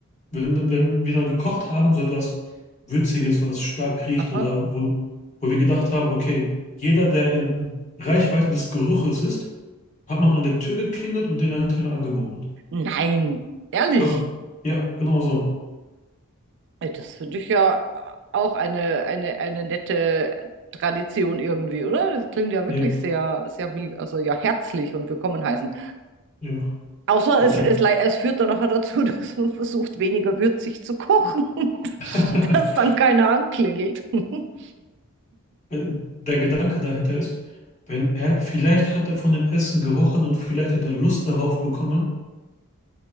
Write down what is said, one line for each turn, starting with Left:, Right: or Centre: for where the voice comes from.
Left: wenn, wenn wir dann gekocht haben, so etwas Würziges, was stark riecht
Right: Aha.
Left: oder wo, wo wir gedacht haben, okay, jeder, der in Reichweite des Geruches ist, hat man an der Tür geklingelt und denen einen Teller angeboten.
Right: Nein, ehrlich.
Left: Doch, ja, genau so.
Right: Ey, Das finde ich ja auch eine, eine, eine nette Tradition irgendwie, oder? Das klingt ja wirklich
Left: Ja,
Right: sehr, sehr, will, also ja, herzlich und willkommen heißen.
Left: ja.
Right: Außer
Left: Weil
Right: es,
Left: der,
Right: es, lei- es führt dann nachher dazu, <laughs> dass man versucht, weniger würzig zu kochen,
Left: <laughs>
Right: <laughs> dass dann keiner anklingelt. <laughs>
Left: weil der Gedanke dahinter ist, wenn er, vielleicht hat er von dem Essen gerochen und vielleicht hat er Lust darauf bekommen